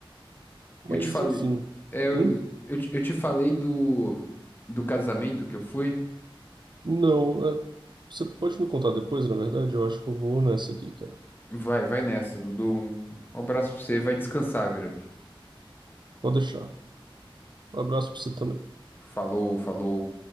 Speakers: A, on the right; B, on the left.
A: Mas,
B: eu te falei,
A: enfim.
B: é, eu,
A: Hum?
B: eu, te eu te falei do, do casamento que eu fui.
A: Não, é- você pode me contar depois, na verdade? Eu acho que eu vou nessa aqui, cara.
B: Vai, vai nessa, Dudu. Um abraço pra você, vai descansar, grande.
A: Pode deixar. Um abraço pra você também.
B: Falou, falou.